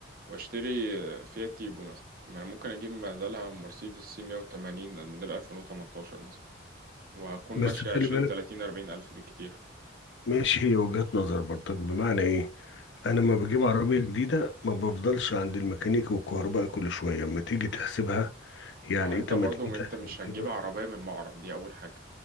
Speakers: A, on the right (about 45°); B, on the left (about 65°).
A: وأشتري آه، فيات تيبو مثلا طب ما أنا ممكن أجيب بدلها مرسيدس سي 180 الموديل 2018 مثلا وهكون
B: بس
A: ماشي
B: خلي
A: عشرين
B: بالك
A: تلاتين أربعين ألف بالكتير
B: ماشي هي وجهات نظر برضك بمعنى ايه انا لما بجيب عربيه جديده ما بفضلش عند الميكانيكي والكهربائي كل شويه اما تيجي تحسبها يعني
A: ما هو أنت
B: انت
A: برضو
B: ما تيجي
A: ما
B: تحسب
A: أنت مش
B: الخيمه
A: هتجيب عربية من معرض دي أول حاجة